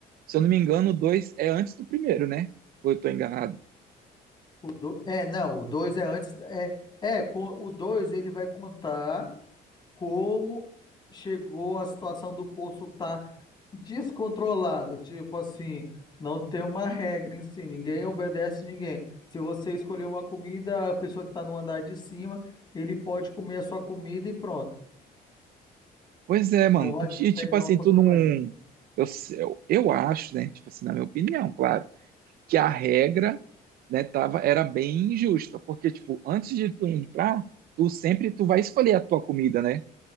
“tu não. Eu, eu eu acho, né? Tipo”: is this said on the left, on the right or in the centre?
Right